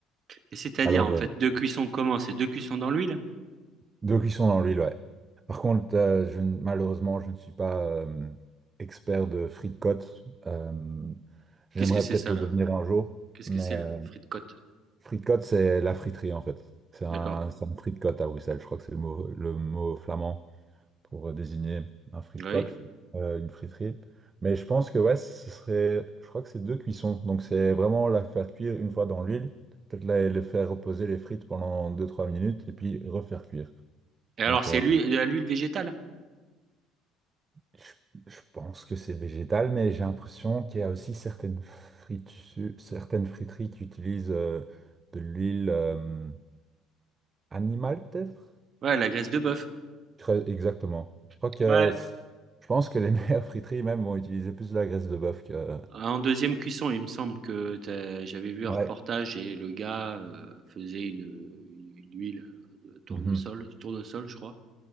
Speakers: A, on the right (about 45°); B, on the right (about 30°).
A: Et c'est-à-dire,
B: Alors,
A: en
B: euh,
A: fait, deux cuissons comment? C'est deux cuissons dans l'huile?
B: deux cuissons dans l'huile, ouais. Par contre, euh, je, ne- malheureusement, je ne suis pas euh, expert de frites-côtes. Euh, j'aimerais
A: Qu'est-ce que c'est
B: peut-être
A: ça,
B: le
A: là?
B: devenir un jour,
A: Qu'est-ce
B: mais
A: que c'est
B: euh,
A: la frite côte?
B: frites-côtes, c'est la friterie en fait. C'est un,
A: D'accord.
B: c'est un frite-côte à Bruxelles. Je crois que c'est le mot, le mot flamand pour euh, désigner un frite-côte,
A: Oui.
B: euh, une friterie. Mais je pense que ouais, ce serait, je crois que c'est deux cuissons. Donc c'est vraiment la faire cuire une fois dans l'huile, peut-être la, les faire reposer les frites pendant deux-trois minutes et puis refaire cuire.
A: Et alors,
B: Donc
A: c'est
B: euh,
A: l'huile, de l'huile végétale?
B: Je je pense que c'est végétal, mais j'ai l'impression qu'il y a aussi certaines fritu- certaines friteries qui utilisent euh, de l'huile euh, animale, peut-être?
A: Ouais, la graisse de bœuf.
B: Je crois- Exactement. Je crois que
A: Ouais.
B: je pense que les <laughs> meilleures friteries même vont utiliser plus de la graisse de bœuf que.
A: En deuxième cuisson, il me semble que t'as- j'avais vu un
B: Ouais.
A: reportage et le gars euh, faisait une, une huile euh, de tournesol,
B: Mhm.
A: tournesol, je crois.